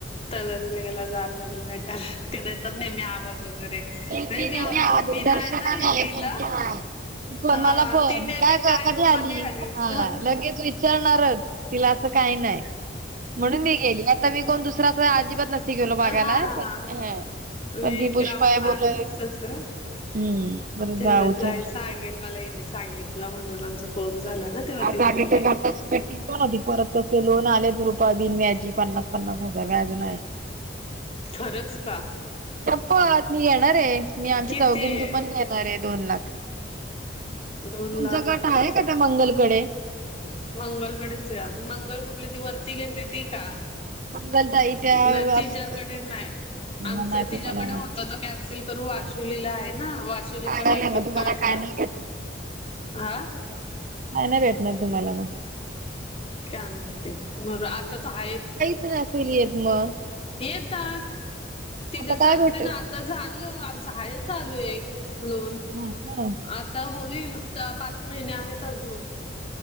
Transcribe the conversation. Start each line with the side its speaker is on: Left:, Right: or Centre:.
Left: गेला जायला लागेल भ <unintelligible> त्या देतात नेहमी आवाज वगैरे
Right: हिंदी
Left: नेहमी आवाज
Right: आवडते
Left: मी नाही
Right: दर्शनाला
Left: ना हे
Right: आहे
Left: दिलं
Right: पण त्या पण
Left: हा
Right: मला पण
Left: ती नेहमी काय ग
Right: आली
Left: कधी आलीस?
Right: हा लगेच विचारणारच, तिला असं काही नाही, म्हणून मी गेली, नाहीतर मी कोण दुसरा अजिबात नसतं नसतं गेलो बघायला.
Left: हा मी
Right: हा पण
Left: एक
Right: ती पुष्पा
Left: राऊंड
Right: आहे
Left: मारालच
Right: बोलत
Left: तसं
Right: हम्म बरं
Left: तेव्हा
Right: जाऊ
Left: जाई
Right: चला
Left: सांगेल मला हीने सांगितलं म्हणून, आमचा फोन झाला ना. तेव्हा
Right: आता
Left: ती बोलली.
Right: आणि ते बघ <unintelligible> पण होती परत कसं लोन आलेत रुपये बिन व्याजी पन्नास पन्नास हजार व्याज नाय.
Left: खरंच का?
Right: शप्पत मी येणार आहे, मी आमच्या
Left: किती
Right: चौघींच
Left: आहे
Right: पण घे णार आहे दोन लाख,
Left: दोन
Right: तुमचा
Left: लाख
Right: गट आहे का त्या मंगलकडे?
Left: मंगलकडेच या मंगल कुठली ती वरती घेते ती का?
Right: मंगलताई त्या
Left: नाही तिज्याकडे
Right: असं क
Left: नाय
Right: म्हणाय
Left: आमचं तिज्याकडे
Right: तुम्हाला
Left: होतं ते कॅन्सल तर वाशुलीला आहे ना, वाशुलीच्या
Right: सांगायला
Left: बँकेत
Right: ना तुम्हाला
Left: काढला
Right: काय नाही भेटणार.
Left: हा.
Right: काय नाही भेटणार तुम्हाला मग.
Left: काय माहिते मरू आता तर आहेत.
Right: <unintelligible> असील येत मग.
Left: येतात तिथे
Right: आता
Left: सांगते
Right: काय भेटल?
Left: ना आता झालं आमचं आहे चालू आहे लोन.
Right: हा का.
Left: आता होईल, चार पाच महिने आहेत अजून